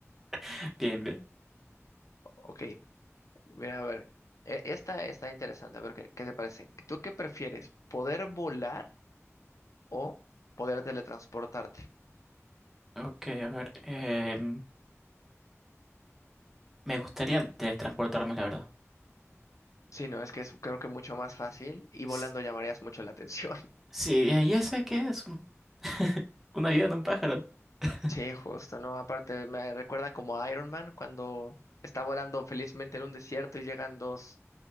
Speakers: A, in the centre; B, on the left.
A: <laughs> Bien, bien.
B: Ok, mira, a ver, e- esta está interesante, a ver qué, qué te parece. ¿Tú qué prefieres, poder volar o poder teletransportarte?
A: Ok, a ver. em, me gustaría teletransportarme, la verdad.
B: Sí, no, es que es creo que mucho más fácil y volando
A: S-
B: llamarías mucho la atención.
A: Sí, eh, ya sé que es un, <laughs> un avión, un pájaro. <laughs>
B: Sí, justo, ¿no? Aparte, me recuerda como a Iron Man cuando está volando felizmente en un desierto y llegan dos,